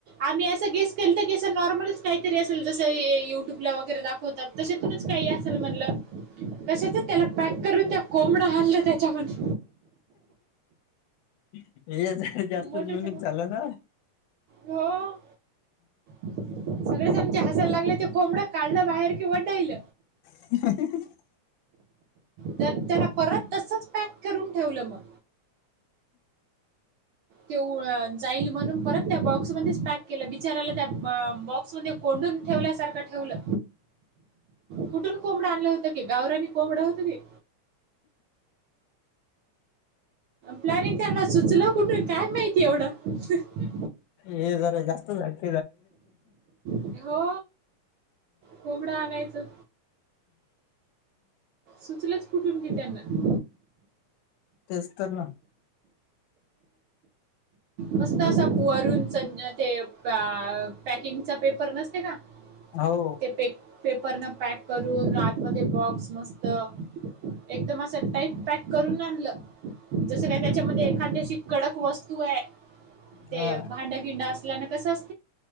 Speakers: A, on the right (about 75°); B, on the left (about 80°).
A: आणि असं गेस केलत की अस नॉर्मलच काहीतरी असेल जसं युट्यूबला वगैरे दाखवतात. तशातुनच काही असल म्हणलं कशाच त्याला पॅक करून त्या कोंबडा आणलं त्याच्यामधी
B: हे जरा जास्त
A: मोठंच्या
B: युनिक
A: मोठं
B: झालं ना
A: हो. सगळे जणचे हसायला लागले ते कोंबडं काढलं बाहेर की वडाईल
B: <inaudible>
A: तर त्याला परत तसच पॅक करून ठेवलं मग ते जाईल म्हणून परत त्या बॉक्समध्येच पॅक केलं बचाराला त्या बॉक्स कोंडून ठेवल्यासारखं ठेवलं कुठून कोंबडं आणलं होतं क गावरानी कोंबडं होतं ते प्लॅनिंग त्यांना सुचलं कुठे काय माहिती एवढं
B: ये जर जास्तत
A: हो कोबडं आणायचं सुचलंच कुठून की त्यांना
B: तेच तर ना
A: मस्त असा वरून ते पॅकिंगचा पेपर नसते का
B: हो
A: ते पेपर न पॅक करून रातमध्ये बॉक्स मस्त एकदम असं टाईट पॅक करून आणलं जस काय त्याच्यामध्ये एखाद्या अशी कडक वस्तू आहे ते
B: हा
A: भांड िंड असल्या कस अस